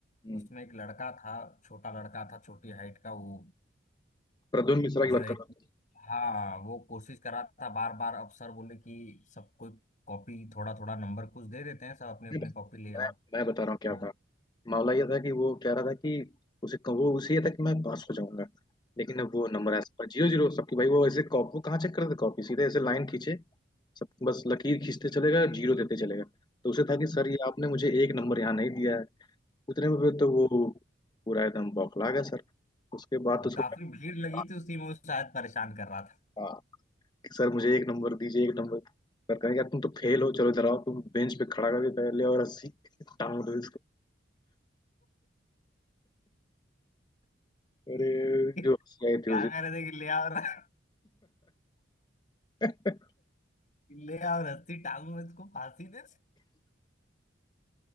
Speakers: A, on the left; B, on the left.
A: हम्म,
B: उसमें एक लड़का था छोटा लड़का था छोटी हाइट का वो
A: प्रद्युम्न मिश्रा
B: जो
A: की बात
B: है
A: कर
B: कि
A: रहा
B: हाँ वो कोशिश कर रहा था बार बार अब सर बोले कि सब कोई कॉपी थोड़ा थोड़ा नंबर कुछ दे देते हैं सब अपने अपने
A: नहीं,
B: कॉपी ले आओ
A: मैं मैं बता रहा
B: तो
A: हूँ क्या था
B: <laughs>
A: मामला ये था कि वो कह रहा था कि उसे वो उसे ये था कि मैं पास हो जाऊंगा लेकिन अब वो नंबर ऐसा पर जीरो जीरो सबकी भाई वो ऐसे कॉपी वो कहाँ चेक करते कॉपी सीधे ऐसे लाइन खींचे सब बस लकीर खींचते चलेगा जीरो देते चलेगा तो उसे था कि सर ये आपने मुझे एक नंबर यहाँ नहीं दिया है उतने में फिर तो वो पूरा एकदम बौखला गया सर उसके बाद
B: तो
A: उसको
B: काफी भीड़ लगी
A: हाँ
B: थी उसी में वो शायद परेशान कर रहा था
A: हाँ, कि सर मुझे एक नंबर दीजिए एक नंबर सर कहेगा तुम तो फेल हो चलो इधर आओ तुम बेंच पे खड़ा करके ले और रस्सी टांग दो अरे
B: <laughs> क्या
A: जो हंसी थी उसे
B: कह रहे थे कि ले आओ <laughs> र-
A: <laughs>
B: ले आओ रस्सी टांगू में उसको फांसी दे